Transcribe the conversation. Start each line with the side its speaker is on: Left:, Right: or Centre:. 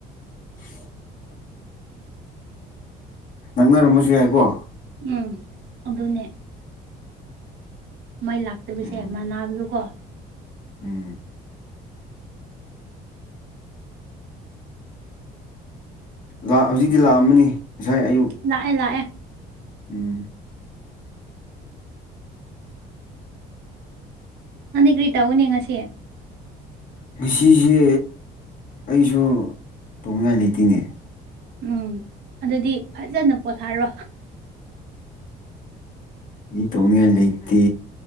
Left: <unintelligible> ꯅꯛꯅꯔꯝꯃꯁꯨ ꯌꯥꯏꯀꯣ
Right: ꯎꯝ ꯑꯗꯨꯅꯦ ꯃꯩ ꯂꯥꯛꯇꯕꯁꯦ
Left: ꯎꯝ
Right: ꯃꯅꯕꯗꯨꯀꯣ
Left: ꯎꯝ ꯂꯥꯛ ꯍꯧꯖꯤꯛꯇꯤ ꯂꯥꯛꯑꯝꯃꯅꯤ ꯉꯁꯥꯏ ꯑꯌꯨꯛ
Right: ꯂꯥꯛꯑꯦ ꯂꯥꯛꯑꯦ
Left: ꯎꯝ
Right: ꯅꯪꯗ ꯀ꯭ꯔꯤ ꯇꯎꯒꯅꯤ ꯉꯁꯤ
Left: ꯉꯁꯤꯁꯦ ꯑꯩꯁꯨ ꯇꯧꯅꯤꯡꯉꯥꯏ ꯂꯩꯇꯦꯅꯦ
Right: ꯎꯝ ꯑꯗꯨꯗꯤ ꯐꯖꯅ ꯄꯣꯊꯥꯔꯣ
Left: ꯃꯤ ꯇꯧꯅꯤꯡꯉꯥꯏ ꯂꯩꯇꯦ